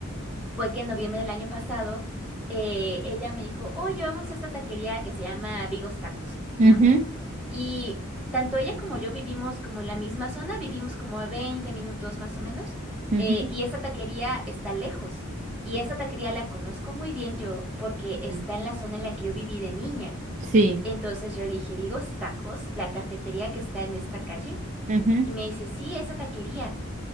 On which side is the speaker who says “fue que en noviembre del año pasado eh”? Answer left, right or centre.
Centre